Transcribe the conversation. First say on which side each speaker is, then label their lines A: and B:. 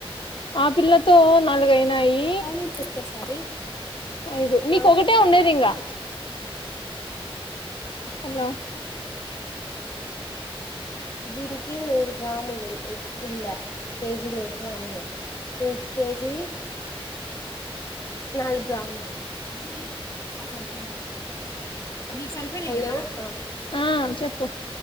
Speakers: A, on the left; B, on the left.
A: ఆ పిల్లతో నాలుగయినాయి
B: అవి చెప్పేసారి
A: అఐదు నీక
B: ఆ
A: ఒకటే ఉండేది ఇంకా హలో
B: ఓకేనా దీినకఊరు గ్రాములు ఉండ కేజీ నూరు గ్రాములు కేజీ నాలుగు గ్రాములు ఉడి ఇ అ సంత న సరిపో ఓ
A: ఆ చెప్పు